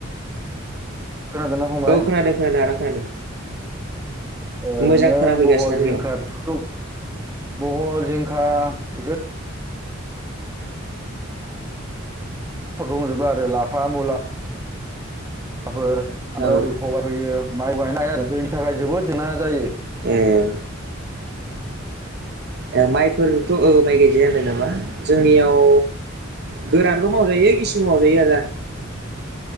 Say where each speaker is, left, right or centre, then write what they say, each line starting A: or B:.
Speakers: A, on the right; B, on the right.
A: खोनादोंना फंबाय
B: औ खोनादों खोनादों आदा। खोनादों।
A: ओरैनो
B: मोजां खोनाफैगासिनो
A: बहल
B: आंनियाव
A: जिंखा बेफोरखौ बहल जिंखा बेफोर दंजोबो आरो लाफा मुला माफोर ओमफ्राय
B: औ
A: ओरै सबाय फोयो। माइबो गायनायनो हाया आरो दैनि थाखाय जोबोद जेंना जायो।
B: ए ओ ओ माइफोरथ' ओ माइ गायजाया होनदों नामा जोंनियाव गोरानबो मावजायो गिसिबो मावजायो आदा